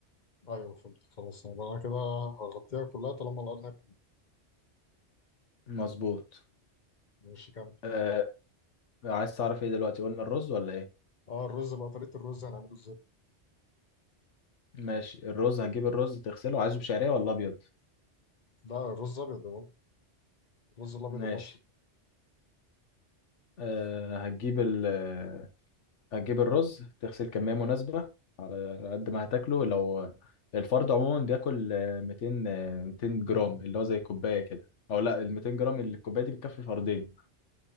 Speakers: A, on the left; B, on the left.
A: ايوه فهمت خلاص يبقى انا كده هغطيها كلها طالما الارنب
B: مظبوط
A: مش كامل
B: أه عايز تعرف إيه دلوقتي قلنا الرز ولا إيه؟
A: اه الرز بقى طريقه الرز هنعمله ازاي
B: ماشي الرز هتجيب الرز تغسله عايزه بشعرية ولا أبيض؟
A: لا الرز ابيض يا بابا الرز الابيض
B: ماشي
A: المصري
B: آه، هتجيب ال آه، هتجيب الرز تغسل كمية مناسبة على قد ما هتاكله لو الفرد عموما بياكل آه، 200 آه، 200 جرام اللي هو زي كوباية كده او لا ال 200 جرام اللي الكوباية دي بتكفي فردين